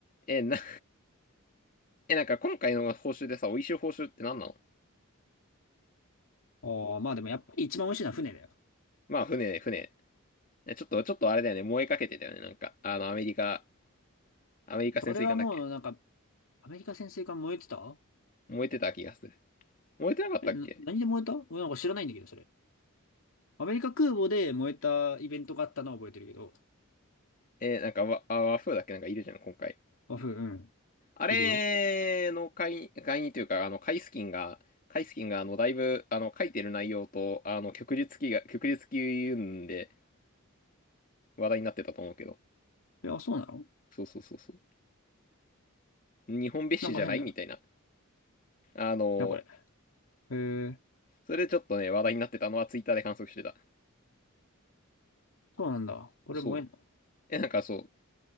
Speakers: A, on the left; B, on the left.
A: え、な、え、なんか今回の報酬でさ、美味しい報酬って何なの
B: おー、まあでもやっぱり一番美味しいのは船だよ。
A: まあ、船、船。えちょっと、ちょっとあれだよね。燃えかけてたよね。なんか、あの、アメリカ、アメリカ潜水艦だっけ
B: それはもう、なんか、アメリカ潜水艦燃えてた
A: 燃えてた気がする。燃えてなかったっけ
B: え、な何で燃えた俺なんか知らないんだけど、それ。アメリカ空母で燃えたイベントがあったのは覚えてるけど。
A: えーなんかわ、あ、和風だっけなんかいるじゃん、今回。
B: あ、ふうん。
A: あれの会、
B: いるよ。
A: 会員というか、あの、カイスキンが、カイスキンが、あの、だいぶ、あの、書いてる内容と、あの、旭日記が、旭日記うんで話題になってたと思うけど。
B: え、あ、そうなの
A: そうそうそうそう。日本別紙じゃないみたいな。
B: なんか変な。
A: あの、
B: な、これ。へえ、
A: それでちょっとね、話題になってたのはツイッターで観測してた。
B: そうなんだ。これ燃えんの
A: そう。え、なんかそ